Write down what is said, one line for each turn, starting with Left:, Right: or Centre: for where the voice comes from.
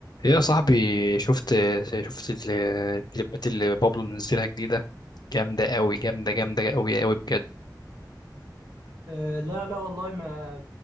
Left: ايه يا صاحبي شفت شفت ال- الكليبات اللي بابلو منزلها جديدة جامدة قوي جامدة جامدة قوي قوي بجد
Right: أه لا لا والله ما